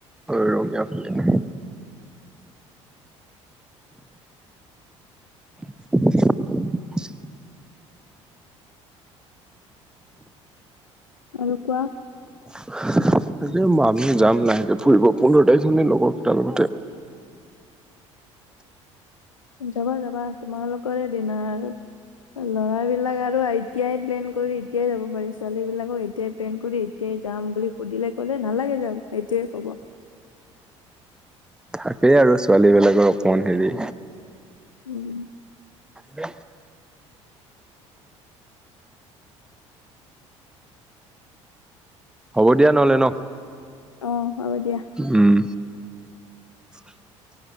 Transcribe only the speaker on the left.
আৰু কোৱা?
যাবা-যাবা তোমালোকৰে দিন আৰু। লৰা বিলাক আৰু এতিয়াই প্লেন কৰি এতিয়াই যাব পাৰিছো। ছোৱালী বিলাকক এতিয়াই প্লেন কৰি এতিয়াই যাম বুলি সুধিলে ক'লে নালাগে যাব। এইটোৱে কব।
উম।
অ হ'ব দিয়া।